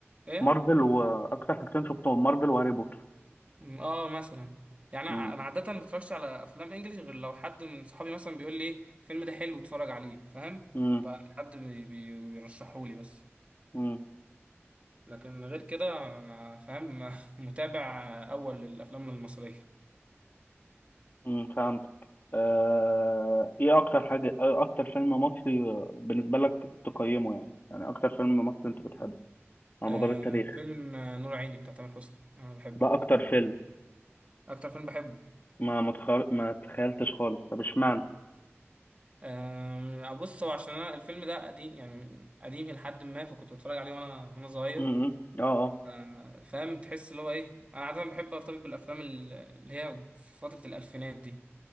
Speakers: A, on the right; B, on the left.
A: ايه
B: مارفل وأكتر حاجتين شفتهم مارفل وهاري بوتر
A: م- اه مثلا يعني
B: م.
A: انا أنا عاده ما بتفرجش على افلام انجليش غير لو حد من صحابي مثلا بيقول لي ايه الفيلم ده حلو اتفرج عليه فاهم
B: م.
A: بقى حد بي- بي- بيرشحهولي بس
B: م.
A: لكن غير كده انا فاهم <laughs> متابع اول للافلام المصريه
B: امم فهمتك آه، ايه اكتر حاجة آه، اكتر فيلم مصري آه، بالنسبة لك تقيمه يعني يعني اكتر فيلم مصري انت بتحبه على
A: آه
B: مدار التاريخ
A: فيلم نور عيني بتاع تامر حسني انا بحبه
B: ده اكتر فيلم
A: اكتر فيلم بحبه
B: ما ما, تخار... ما تخيلتش خالص طب اشمعنى
A: آه بص هو عشان انا الفيلم ده قديم يعني قديم لحد ما فكنت بتفرج عليه وانا وانا صغير
B: امم اه اه
A: آه فاهم تحس اللي هو ايه انا عاده بحب ارتبط بالافلام ال- اللي هي في فتره الالفينات دي